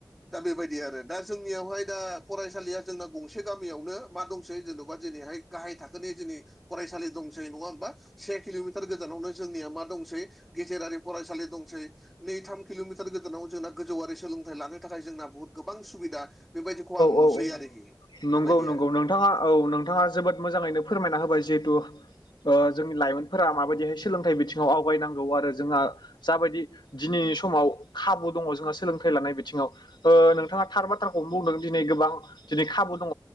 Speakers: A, in the centre; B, on the left.
A: दा बेबायदि आरो दा जोंनियावहाय दा फरायसालिया जोंना गंसे गामियावनो मा दंसै जेन'बा दिनैहाय गाहाय थाखोनि दिनै फरायसालि दंसै नङा होमबा? से किल'मिटार गोजानावनो जोंनिया मा दंसै गेजेरारि फरायसालि दंसै, नै थाम किल'मिटार गोजानाव जोंना गोजौवरि सोलोंथाइ लानो थाखाय जोंना बुहुत गोबां सुबिदा बेबायदि खौ आं नुसै
B: औ औ
A: आरोखि
B: नंगौ
A: बेबायदि
B: नंगौ
A: आरो।
B: नोंथाङा औ नोंथाङा जोबोद मोजाङैनो फोरमायना होबाय जिहेथु ओ जोंनि लाइमोन फोरा माबायदिहाय सोलोंथाइ बिथिङाव आवगायनांगौ आरो जोंहा जाबायदि दिनैनि समाव खाबु दङ जोंहा सोलोंथाइ लानाय बिथिङाव ओ नोंथाङा थार बाथ्राखौनो बुंदों दिनै गोबां दिनै खाबु दङ।